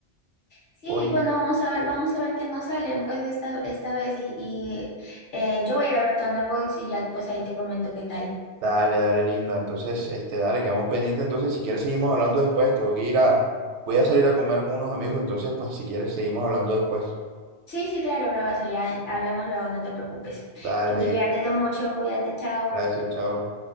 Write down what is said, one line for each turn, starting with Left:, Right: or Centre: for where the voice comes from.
Left: sí,
Right: Hoy,
Left: bueno, vamos a ver, vamos a ver qué nos salen pues esta, esta vez y, y, eh, yo voy a ir a ver Thunderbolts y ya pues ahí te comento qué tal.
Right: dale, dale, linda, entonces, este, dale, quedamos pendientes, entonces, si quieres seguimos hablando después, tengo que ir a, voy a salir a comer con unos amigos, entonces, pues, si quieres seguimos hablando después.
Left: Sí, sí, claro, bravazo, ya hablamos luego, no te preocupes.
Right: Dale,
Left: Diviértete mucho, cuídate, chao.
Right: gracias, chao.